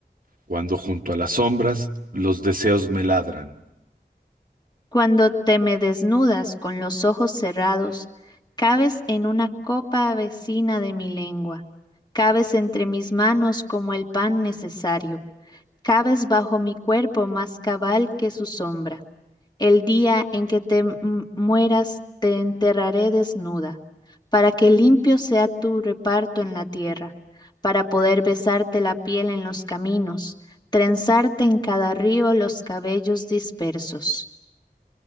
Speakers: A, on the right; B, on the left.
A: cuando junto a las sombras los deseos me ladran.
B: Cuando te me desnudas con los ojos cerrados, cabes en una copa vecina de mi lengua, cabes entre mis manos como el pan necesario, cabes bajo mi cuerpo más cabal que su sombra. El día en que te m- mueras, te enterraré desnuda, para que limpio sea tu reparto en la tierra, para poder besarte la piel en los caminos, trenzarte en cada río los cabellos dispersos.